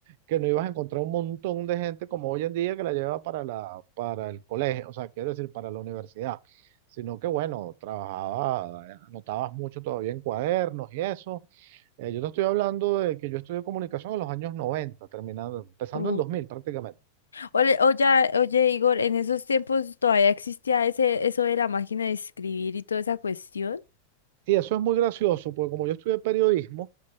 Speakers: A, on the right (about 50°); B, on the left (about 75°).
A: que no ibas a encontrar un montón de gente como hoy en día que la lleva para la, para el colegio, o sea, quiero decir, para la universidad. Sino que, bueno, trabajaba, eh, anotabas mucho todavía en cuadernos y eso eh, yo te estoy hablando de que yo estudié comunicación en los años 90, terminando, empezando
B: Ok.
A: el 2000 prácticamente.
B: Ole- Oye, oye, Igor, ¿en esos tiempos todavía existía ese, eso de la máquina de escribir y toda esa cuestión?
A: Y eso es muy gracioso, porque como yo estudié periodismo,